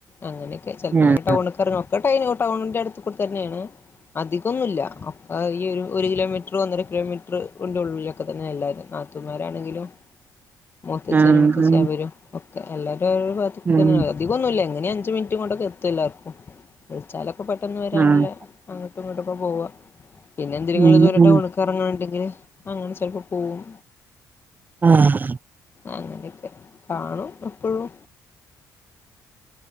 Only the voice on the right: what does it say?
ആഹ്
ആഹ്
ഉം
ഉം
ആഹ്
ഉം
ഉം
ആഹ്